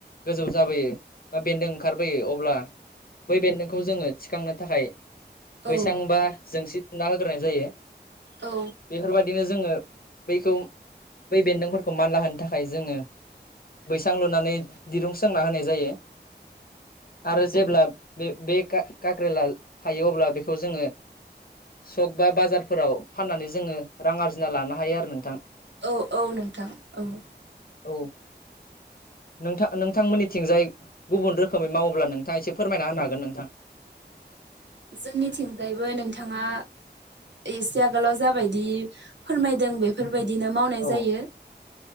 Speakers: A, on the left (about 55°); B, on the right (about 80°).
A: गोजौ जाबोयो बा बेन्दों ओंखारबोयो अब्ला बै बेन्दोंखौ जोङो थिखांनो थाखाय
B: औ
A: बैसां बा जोंसि थुंना होग्रोनाय जायो
B: औ
A: बेफोरबायदिनो जोङो बैखौ बै बेन्दोंफोरखौ मानला होनो थाखाय जोङो बैसां लुनानै दिरुं सोंना होनाय जायो । आरो जेब्ला बे बे कक्रिला थायो अब्ला बेखौ जोङो सक बा बाजारफोराव फाननानै जोङो रां आरजिना लानो हायो आरो नोंथां ।
B: औ औ नोंथां औ
A: औ नोंथां नोंथांमोननिथिंजाय गुबुन रोखोमै मावोब्ला नोंथाङा एसे फोरमायना होनो हागोन नोंथां ।
B: जोंनिथिंजायबो नोंथाङा एसे आगोलाव जाबायदि फोरमायदों बेफोरबायदि बिदिनो मावनाय
A: औ
B: जायो